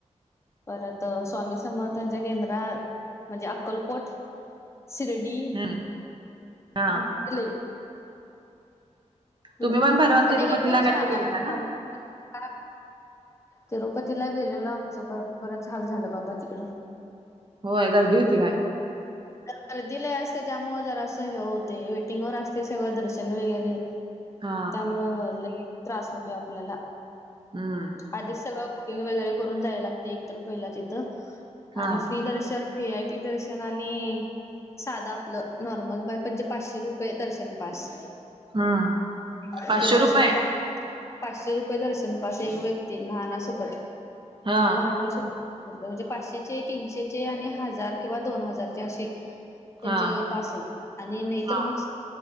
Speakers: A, on the left (about 20°); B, on the right (about 40°).
A: परत, स्वामी समर्थांच्या केंद्रात, म्हणजे अक्कलकोट शिर्डी,
B: हम्म हा
A: ते लई
B: तुम्ही
A: कडे,
B: पण परवा तिरुपतीला
A: आता हे पण
B: काहीतरी
A: छान
B: गेलता
A: आहे
B: ना?
A: काय तिरुपतीला गेलेलो, आमचं बर बरंच हाल झालं बाबा तिकडं.
B: होय गर्दी होती काय?
A: तर गरदीीला असते त्यामुळ जर असं हे होते वेटिंग वर असते सगळं दर्शन वगैरे
B: हा
A: त्यामुळं ल त्रास होतोय आपल्याला
B: हम्
A: आधीच सगळं कुटिंग वगैरे करून जाय लागतय एकत पहिला तिथं
B: हा
A: आणि फ्री दर्शन वी आय पी दर्शनाला आणि साधं आपलं नॉर्मल म्हणजे पाचशे रुपये दर्शन पास.
B: हम्म
A: तथे
B: पाचशे
A: दर्शन
B: रुपये
A: पा पाचशे रुपये दर्शनपाास एक व्यक्ती लहाना सकट
B: हा
A: लहानला सुद्धा बिरकल म्हणजे पाचशेचे तीनशेचे आणि हजार किंवा दोन हजारचे असे त्यांचे
B: हा
A: पास आहे आणि नाहीतर
B: हा
A: मग